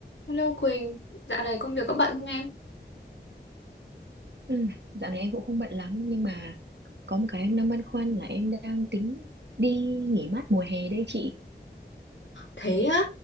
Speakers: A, on the left; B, on the right.
A: Hello Quỳnh, dạo này công việc có bận không em?
B: Ừ, dạo này em cũng không bận lắm nhưng mà có một cái em đang băn khoăn là em đang tính đi nghỉ mát mùa hè đây chị.
A: Thế á,